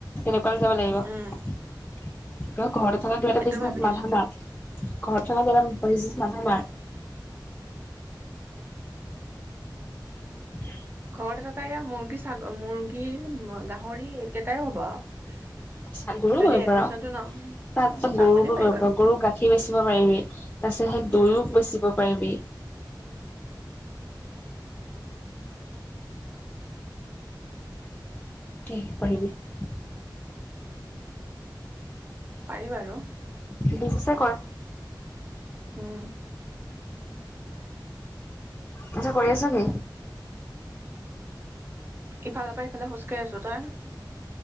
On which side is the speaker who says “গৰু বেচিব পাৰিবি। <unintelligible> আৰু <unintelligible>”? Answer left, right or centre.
Left